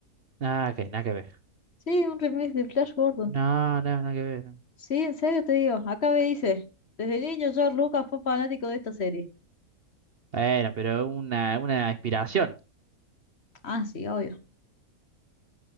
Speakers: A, on the right (about 50°); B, on the left (about 50°).
A: Nada que, nada que ver.
B: Sí, un remake de Flash Gordon.
A: No, no, nada que ver.
B: Sí, en serio te digo. Acá me dice, desde niño George Lucas fue fanático de esta serie.
A: Bueno, pero una, una inspiración.
B: Ah, sí, obvio.